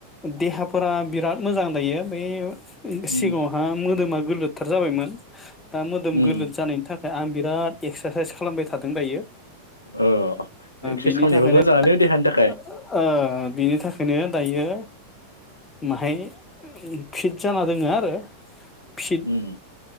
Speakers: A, on the left; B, on the left.
A: देहाफोरा बिराद मोजां जायो बे
B: उम
A: सिगाङावहा मोदोमा गोरलोद थार जाबायमोन दा मोदोम
B: उम
A: गोलद जानायनि थाख ओमफ्राय आं बिराद एक्सारसाइस खालामबाय थादों दायो
B: ओ एक्सारसाइस
A: बिनि
B: खालामनायाबो
A: थाखायनो
B: मोजाङानो देहानि थाखाय
A: ओ ओ बिनि थाखाय खायनो दायो माहाय फिट जाना दोङो आरो फिट
B: उम